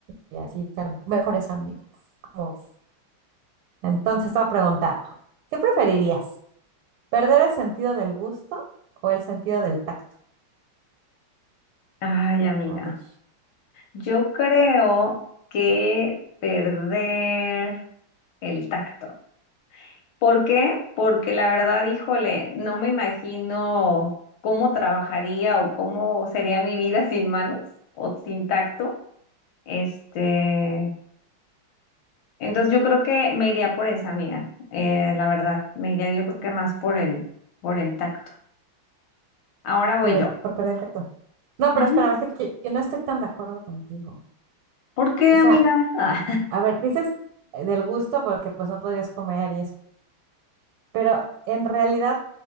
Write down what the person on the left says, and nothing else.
Ay, amiga,
yo creo que perder el tacto. ¿Por qué? Porque la verdad, híjole, no me imagino cómo trabajaría o cómo sería mi vida <laughs> sin manos o sin tacto. Este, Entonces yo creo que me iría por esa mía, eh, la verdad, me iría yo creo que más por el, por el tacto. Ahora voy
yo.
Ujú.
¿Por qué,
amiga?
Ah,